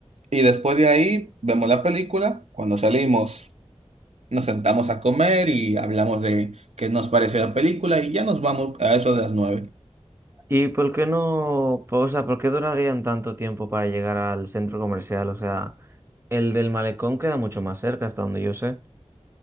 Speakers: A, on the right (about 80°); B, on the right (about 25°).
A: Y después de ahí vemos la película. Cuando salimos, nos sentamos a comer y hablamos de qué nos pareció la película y ya nos vamos a eso de las 9.
B: ¿Y por qué no, po- o sea, por qué durarían tanto tiempo para llegar al centro comercial? O sea, el del malecón queda mucho más cerca, hasta donde yo sé.